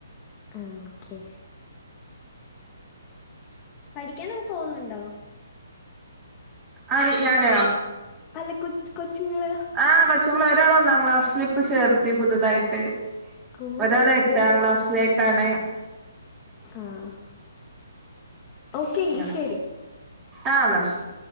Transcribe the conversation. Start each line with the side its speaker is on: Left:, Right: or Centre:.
Left: ആഹ് ഓക്കെ പഠിക്കാനൊക്കെ പോകുന്നുണ്ടോ
Right: ആര് ഞാനോ
Left: അല്ല കൊ കൊച്ചുങ്ങൾ
Right: ആഹ് കൊച്ചുങ്ങൾ ഒരാള് ഒന്നാ ക്ലാസില് ഇപ്പൊ ചേർത്ത് ത്തി പുതുതായിട്ട്
Left: ഓ
Right: ഒരാള്
Left: പുതിയതായി
Right: എട്ടാം ക്ലാസ്സിലേക്കാണ്
Left: ആഹ് ഓക്കെങ്കി
Right: അങ്ങനെ
Left: ശരി
Right: ആഹ് ന്നാ ശരി